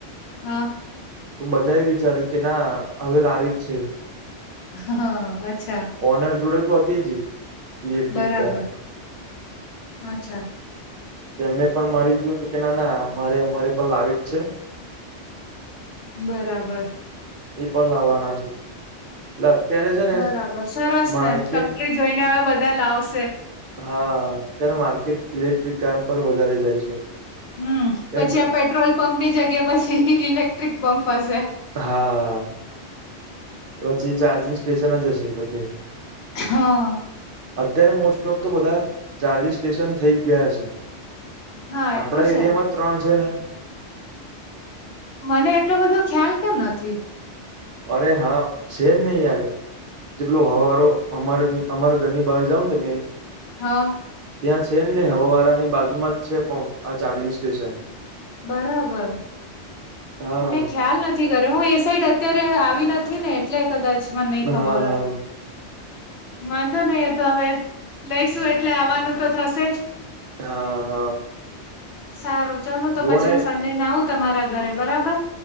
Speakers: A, on the left; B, on the right.
A: હા.
B: તો બધા એ વિચાર્યું કે ના હવે લાવી જ છે.
A: હા અચ્છા.
B: ઓનર જોડે તો હતી જ ઇલેક્ટ્રિક
A: બરાબર
B: કાર
A: અચ્છા.
B: એને પણ મારી જોયું તું કે ના ના મારે અરે પણ લાવી જ છે.
A: બરાબર.
B: એ પણ લાવવાના છે. એટલે અત્યારે છે ને
A: બરાબર સરસ
B: માર્કેટ
A: ને તમને જોઈને હવે બધા લાવશે.
B: હા ત્યારે માર્કેટ ઇલેક્ટ્રિક કાર પર વધારે જાય છે.
A: હમ્મ પછી
B: એમ
A: આ પેટ્રોલ પંપ ની જગ્યા પછી ઇલેક્ટ્રિક પંપ હશે.
B: હા પછી ચાર્જિંગ સ્ટેશન જ હશે બધી
A: હા
B: અત્યારે મોસ્ટ ઓફ તો બધા ચાર્જિ સ્ટેશન થઈ ગયા છે
A: હા
B: આપડા
A: એ તો
B: એરિયામાં
A: છે
B: ત્રણ છે ને
A: મને એટલો બધો ખ્યાલ કેમ નથી
B: અરે હા છે જ નહી યાર જે પેલું હ અમારે અમારે ઘરની બહાર જાાવ ને તમે
A: હા
B: ત્યાં છે ને હવા વાળાની બાજુમાં જ છે પણમ્પ આ ચાર્જિંગ સ્ટેશન
A: બરાબર
B: હા
A: હું મેં ખ્યાલ નથી કરે હું એ સાઈડ અત્યારે આવી નથી ને એટલે કદાચમાં નહી ખબર
B: હા
A: હોય
B: હા
A: વાંધો નહી હતો હવે લઈશું એટલે આવવાનું તો થશે જ
B: હા હા
A: સારું ચાલો તો
B: જુઓ
A: પછી
B: ને
A: હું સંડે ને આવું તમારા ઘરે બરાબર